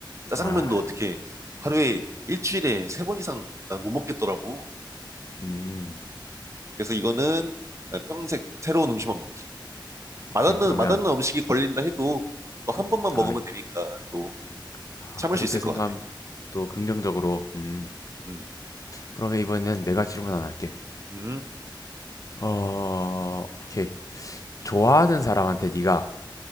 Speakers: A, on the right (about 35°); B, on the left (about 45°).
A: 짜장면도
B: 아,
A: 어떻게 하루에 일주일에 세 번 이상 난못 먹겠더라고.
B: 음,
A: 그래서 이거는 평생 새로운 음식만 먹기.
B: 오케이
A: 맛없는,
B: 그러면
A: 맛없는 음식이 걸린다 해도 뭐한 번만
B: 아,
A: 먹으면 되니까 또
B: 아
A: 참을
B: 그렇게
A: 수 있을
B: 생각하면
A: 것 같아.
B: 또 긍정적으로 음
A: 음,
B: 그러면 이번에는 내가 질문 하나 할게.
A: 음,
B: 어 오케이 좋아하는 사람한테 네가